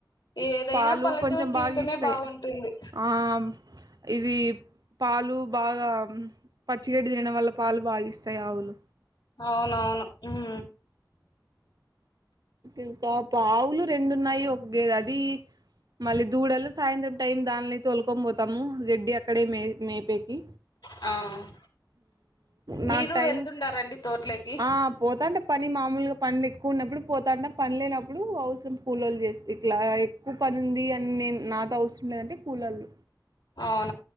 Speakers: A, on the left; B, on the right.
A: ఏదైనా
B: పాలు
A: పల్లెటూరి
B: కొంచెం
A: జీవితమే
B: బాగా ఇస్తాయి
A: బాగుంటుంది
B: ఆ ఇది పాలు బాగా పచ్చి గడ్డి తినడం వల్ల పాలు బాగా ఇస్తాయి ఆవులు
A: అవునవును హుం
B: ఇంకా పావులు రెండున్నాయి ఒక గేద అది మళ్ళీ దూడలు సాయంత్రం టైం దాన్లీ తొలుకొని పోతాము గడ్డి అక్కడే మే మేపేకి
A: ఆ
B: నాకు
A: మీరు
B: టైమ్
A: వెళ్తుంటారండి తోట్లోకి
B: ఆ పోతాంటే పని మామూలుగా పనులు ఎక్కువ ఉన్నప్పుడు పోతాంట పని లేనప్పుడు అవసున్ పూల్లోల్లు చేస్త్ ఇట్ల ఏకు పనింది అని నేను నాతో అవసరండేదంటే కుళ్ళోల్
A: అ